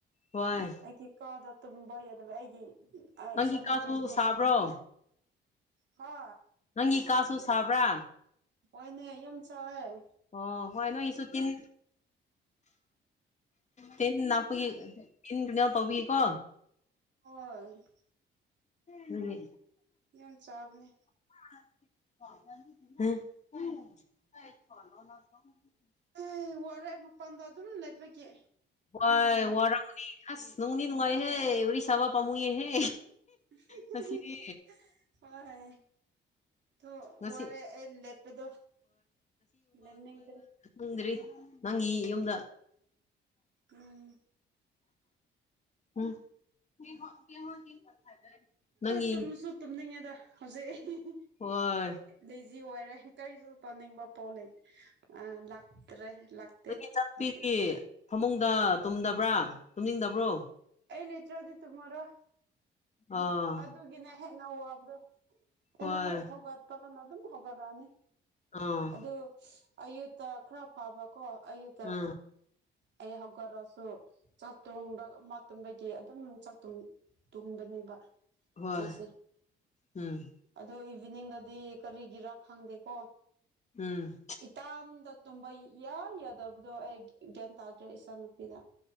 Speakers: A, on the left; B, on the right.
A: ꯍꯣꯏ
B: ꯑꯩꯒꯤ ꯀꯥꯗ ꯇꯨꯝꯕ ꯌꯗꯕꯒꯤ ꯑꯩꯒꯤ ꯑ
A: ꯅꯪꯒꯤ
B: ꯏꯆꯥ ꯅꯄꯤꯁꯨ
A: ꯀꯥꯁꯨ ꯁꯥꯕ꯭ꯔꯣ
B: ꯍ
A: ꯅꯪꯒꯤ ꯀꯁꯨ ꯁꯥꯕ꯭ꯔꯥ
B: ꯍꯣꯏꯅꯦ ꯌꯨꯝ ꯆꯥꯛꯑꯦ
A: ꯑꯣ ꯍꯣꯏ ꯅꯣꯏꯒꯤꯁꯨ ꯇꯤꯟ ꯇꯤꯟ ꯅꯥꯛꯄꯒꯤ
B: ꯎꯝ
A: ꯏꯟꯀ꯭ꯔꯅꯦꯜ ꯇꯧꯕꯤꯀꯣ
B: ꯍꯣꯢ
A: ꯗꯨꯅꯤ
B: ꯌꯥꯝ ꯆꯥꯕꯅꯦ
A: <unintelligible>
B: ꯑꯦ ꯋꯥꯔꯦ ꯃꯄꯥꯟꯗ ꯑꯗꯨꯝ ꯂꯩꯄꯒꯤ
A: ꯋꯥꯢ ꯋꯥꯔꯝꯃꯅꯤ ꯑꯁ ꯅꯣꯡꯕꯨꯗꯤ ꯅꯨꯡꯉꯥꯏꯍꯦ ꯋꯥꯔꯤꯁꯕ ꯄꯥꯝꯃꯨꯏꯍꯦ
B: <unintelligible>
A: ꯉꯁꯤꯗꯤ
B: ꯍꯣꯏ ꯊꯣ
A: ꯉꯁꯤ
B: ꯋꯥꯔꯦ ꯑꯩ ꯂꯦꯞꯄꯗꯣ ꯂꯦꯞꯅꯤꯡꯗ꯭ꯔꯦ
A: ꯄꯨꯟꯗ꯭ꯔꯤ ꯅꯪꯒꯤ
B: ꯎꯝ
A: ꯌꯨꯝꯗ
B: ꯎꯝ
A: ꯎꯝ <unintelligible> ꯅꯪꯒꯤ
B: ꯇꯨꯝꯁꯨ ꯇꯨꯝꯅꯤꯡꯉꯦꯗ ꯍꯧꯖꯤꯛ
A: ꯍꯣꯏ
B: ꯂꯦꯖꯤ ꯑꯣꯏꯔꯦ ꯀꯔꯤꯁꯨ ꯇꯧꯅꯤꯡꯕ ꯄꯣ ꯂꯩ ꯑ ꯂꯥꯛꯇ꯭ꯔꯦ ꯂꯥꯛꯇꯦ
A: ꯅꯪꯒꯤ ꯆꯥꯛꯄꯤꯗꯤ
B: ꯍꯖꯤꯛ
A: ꯐꯃꯨꯡꯗ ꯇꯨꯝꯗꯕ꯭ꯔꯥ ꯇꯨꯝꯅꯤꯡꯗꯕ꯭ꯔꯣ
B: ꯑꯩ ꯂꯩꯇ꯭ꯔꯗꯤ ꯇꯨꯝꯃꯔꯣꯏ
A: ꯑꯥ
B: ꯑꯗꯨꯒꯤꯅꯦ ꯍꯦꯟꯅ ꯋꯥꯕꯗꯣ ꯑꯩꯅ
A: ꯍꯣꯏ
B: ꯍꯦꯛ ꯍꯧꯒꯠꯄ ꯀꯥꯟꯗ ꯑꯗꯨꯝ ꯍꯧꯒꯠꯂꯛ ꯑꯅꯤ
A: ꯑꯥ
B: ꯑꯗꯨ ꯑꯌꯨꯠꯇ ꯈꯔ ꯐꯕꯀꯣ ꯑꯌꯨꯠꯇ
A: ꯎꯝ
B: ꯑꯩ ꯍꯧꯒꯠꯔꯁꯨ ꯆꯥꯛꯇꯣꯡꯕ ꯑꯃ ꯇꯨꯝꯕꯒꯤ ꯑꯗꯨꯝ ꯆꯥꯛꯇꯨꯡ ꯇꯨꯡꯕꯅꯤꯕ
A: ꯍꯣꯏ
B: ꯑꯩꯁꯦ
A: ꯎꯝ
B: ꯑꯗꯨ ꯏꯚꯤꯅꯤꯡꯗꯗꯤ ꯀꯔꯤꯒꯤꯔꯥ ꯈꯪꯗꯦꯀꯣ
A: ꯎꯝ
B: ꯏꯇꯥꯟꯗ ꯇꯨꯝꯕ ꯏꯌꯥ ꯌꯥꯗꯕꯗꯣ ꯑꯩ ꯒ꯭ꯌꯥꯟ ꯇꯥꯗ꯭ꯔꯦ ꯏꯆꯥꯅꯨꯄꯤꯗ